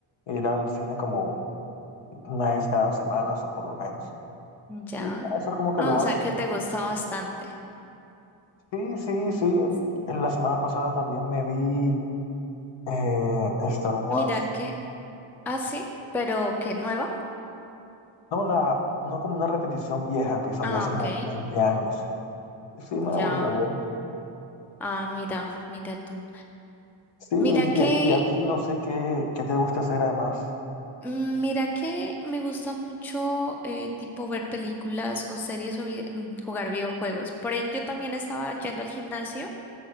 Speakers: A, on the left (about 65°); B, in the centre.
A: ir al cine como una vez cada dos semanas o por lo menos.
B: Ya.
A: Y ya, eso es como que
B: Ah,
A: lo básico.
B: o sea que te gusta bastante.
A: Sí, sí, sí.
B: Sí.
A: En la semana pasada también me vi eh, Star Wars.
B: Mira que, ah, sí, pero que nueva.
A: No, la, no como una repetición vieja que salió
B: Ah,
A: hace
B: ok,
A: como 20 años. Sí, me la
B: ya.
A: volví a ver.
B: Ah, mira, mira tú.
A: Sí, y
B: Mira que
A: a, y a ti no sé qué, qué te gusta hacer además.
B: Mm, Mira que me gusta mucho eh, tipo ver películas o series o vi- mm, jugar videojuegos. Por ahí yo también estaba yendo al gimnasio,